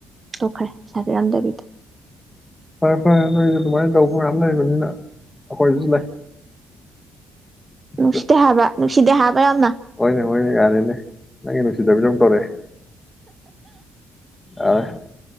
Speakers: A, on the right; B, on the left.
A: ꯇꯣꯛꯈ꯭ꯔꯦ ꯄꯩꯁꯥ ꯄꯤꯔꯝꯗꯕꯤꯗ
B: ꯐꯔꯦ ꯐꯔꯦ ꯅꯣꯏꯁꯨ ꯑꯗꯨꯃꯥꯏꯅ ꯇꯧꯕ ꯃꯌꯥꯝ ꯂꯩꯕꯅꯤꯅ ꯑꯈꯣꯏꯗꯁꯨ ꯂꯩ
A: ꯅꯨꯡꯁꯤꯗꯦ
B: ꯑꯗꯨ
A: ꯍꯥꯏꯕ ꯅꯨꯡꯁꯤꯗꯦ ꯍꯥꯏꯕ ꯌꯥꯝꯅ
B: ꯍꯣꯏꯅꯦ ꯍꯣꯏꯅꯦ ꯌꯥꯔꯦꯅꯦ ꯅꯪꯒꯤ ꯅꯨꯡꯁꯤꯗꯕꯤꯖꯦ ꯑꯝ ꯇꯧꯔꯦ ꯑꯥꯏ